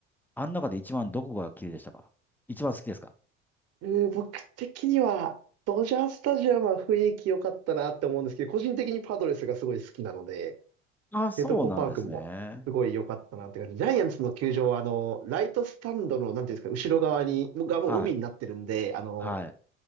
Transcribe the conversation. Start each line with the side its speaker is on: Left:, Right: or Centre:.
Centre: あん中で一番どこが綺麗でしたか一番好きですか
Right: うー僕的には、ドジャースタジアムは雰囲気良かったなって思うんですけど、個人的にパドレスがすごい好きなので、
Centre: あ、そうなんですね。
Right: ペトコパークもすごい良かったなって感じ。ジャイアンツの球場は、あの、ライトスタンドの、なんていうんですか、後ろ側に、がもう海になってるんで、
Centre: はい。
Right: あの、
Centre: はい。